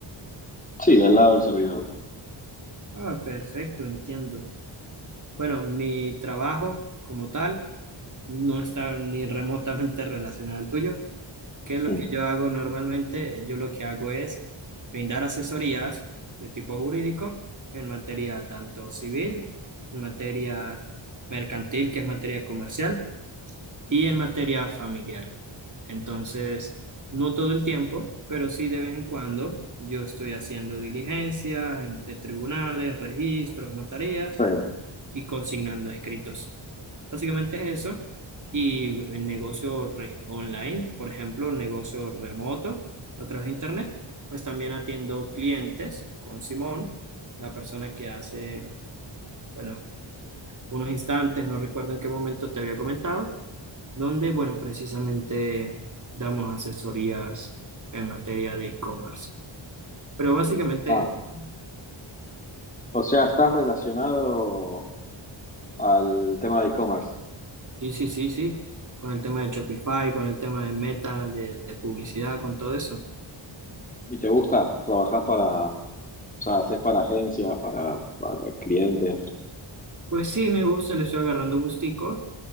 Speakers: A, on the left (about 15°); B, on the right (about 40°).
A: Sí, del lado del servidor.
B: Ah, perfecto, entiendo. Bueno, mi trabajo como tal no está ni remotamente relacionado al tuyo. ¿Qué es lo
A: Mm,
B: que yo hago normalmente? Yo lo que hago es brindar asesorías de tipo jurídico en materia tanto civil, en materia mercantil, que es materia comercial, y en materia familiar. Entonces, no todo el tiempo, pero sí de vez en cuando yo estoy haciendo diligencias entre tribunales, registros, notarías
A: está bien.
B: y consignando escritos. Básicamente es eso. Y el negocio re- online, por ejemplo, negocio remoto a través de internet, pues también atiendo clientes con Simón, la persona que hace, bueno, unos instantes, no recuerdo en qué momento te había comentado, donde, bueno, precisamente damos asesorías en materia de e-commerce. Pero básicamente,
A: Ah,
B: es-
A: o sea, estás relacionado al tema de e-commerce
B: sí, sí, sí, sí, con el tema de Shopify, con el tema de Meta, de de publicidad, con todo eso.
A: y te gusta, trabajas para, o sea, haces para agencias, para, para clientes.
B: Pues sí, me gusta, le estoy agarrando gustico